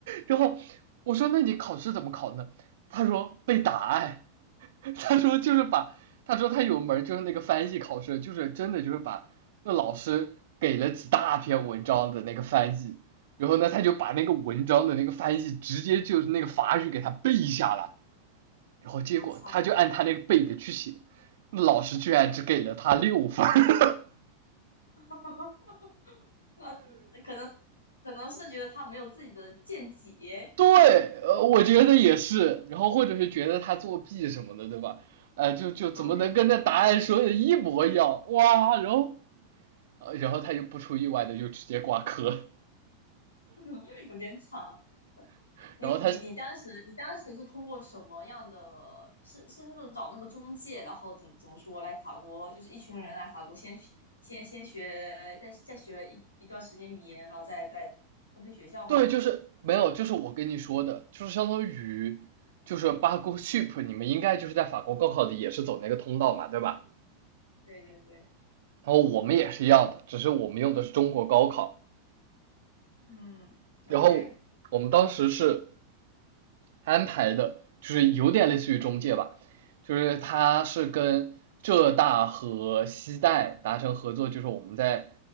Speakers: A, on the right; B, on the left.
A: 然后我说那你考试怎么考呢？他说背答案。”他说就是把，他说他有门就是那个翻译考试，就是真的就是把那老师给了几大篇文章的那个翻译，然后呢他就把那个文章的那个翻译直接就是那个法语给他背下来，然后结果他就按他那个背的去写，
B: 我操！
A: 那老师居然只给了他六分 <laughs>
B: <laughs> 那可能可能是觉得他没有自己的见解
A: 对，呃，我觉得也是，然后或者是觉得他作弊什么的，对吧？呃，就就怎么能跟那答案说的一模一样？
B: 啊，很有可能
A: 哇，然后呃，然后他就不出意外的就直接挂科，
B: <laughs> 有点长。
A: <laughs>
B: 你你你当时你当时是通过什么样的？
A: 然后他
B: 是是那种找那个中介，然后怎么怎么说来法国，就是一群人来法国先学先先学，再再学了一一段时间语言，然后再再分配学校吗？
A: 对，就是没有，就是我跟你说的，就是相当于就是八股 ship，你们应该就是在法国高考里也是走那个通道嘛，对吧？
B: 对对对，
A: 然后我们也是一样的，只是我们用的是中国高考。
B: 嗯，OK，
A: 然后我们当时是安排的，就是有点类似于中介吧，就是他是跟浙大和西大达成合作，就是我们在